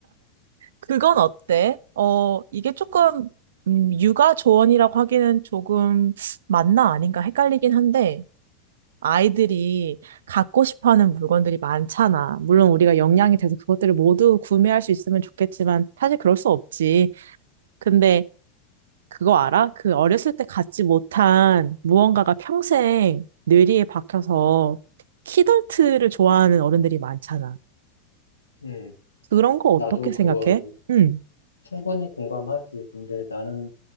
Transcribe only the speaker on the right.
그건 어때? 어, 이게 조금, 음, 육아 조언이라고 하기는 조금 맞나 아닌가 헷갈리긴 한데, 아이들이 갖고 싶어 하는 물건들이 많잖아. 물론 우리가 역량이 돼서 그것들을 모두 구매할 수 있으면 좋겠지만, 사실 그럴 수 없지. 근데 그거 알아? 그 어렸을 때 갖지 못한 무언가가 평생 뇌리에 박혀서 키덜트를 좋아하는 어른들이 많잖아.
그런 거 어떻게
생각해? 응,